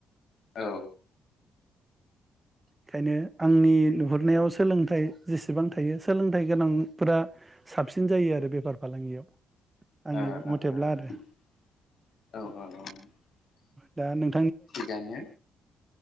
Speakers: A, on the left; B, on the right.
A: औ
B: ओंखायनो आंनि
A: उम
B: नुहुरनायाव सोलोंथा थाय जेसेबां थायो सोलोंथाइ गोनांफोरा साबसिन जायो आरो बेफार फालांगियाव।
A: ओ
B: आंनि
A: ओ
B: मथेब्ला
A: ओ
B: आरो
A: ओ औ औ औ।
B: दा नों
A: थिगानो